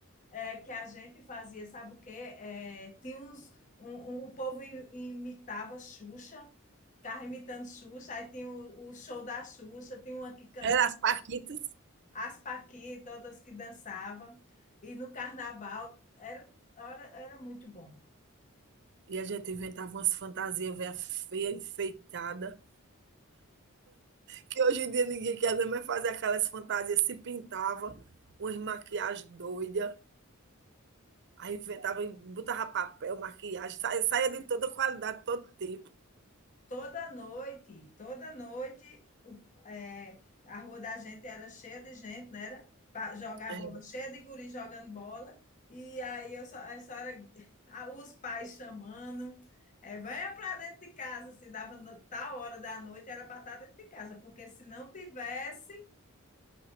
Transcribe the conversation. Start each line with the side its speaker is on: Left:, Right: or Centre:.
Left: é, que a gente fazia, sabe o quê? É, tinha uns, um, um- o povo i- imitava Xuxa, ficava imitando Xuxa, aí tinha o, o show da Xuxa, tinha uma que cantava,
Right: era as paquitas.
Left: as Paquitas, outras que dançavam. E no carnaval, era, era, era muito bom.
Right: E a gente inventava umas fantasias velha feia, enfeitada, que hoje em dia ninguém quer mais fazer aquelas fantasias, se pintava, umas maquiagens doidas. Aí inventava, botava papel, maquiagem, saía saía de toda qualidade, todo tempo
Left: toda noite, toda noite, o- é, a rua da gente era cheia de gente, né? Era para jogar
Right: É,
Left: bola, cheia de guri jogando bola. E aí eu só, eu só era <laughs> a- os pais chamando, é, venha para dentro de casa, se dava no- tal hora da noite, era para estar dentro de casa, porque se não tivesse,